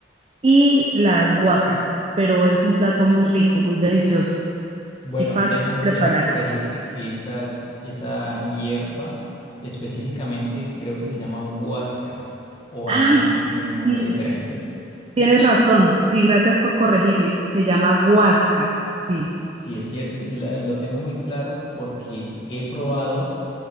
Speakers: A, on the right; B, on the left.
A: y las guacas, pero es un plato muy rico, muy delicioso
B: Bueno,
A: y fácil
B: deja,
A: de preparar.
B: déjame Bueno, corregirte que esa, esa hierba específicamente creo que se llama huasca, o
A: Ay,
B: a no ser que tenga un nombre
A: sí,
B: diferente, ¿sí?
A: tienes razón. Sí, gracias por corregirme. Se llama guascas. Sí,
B: Sí, es cierto, lo tengo muy claro porque he probado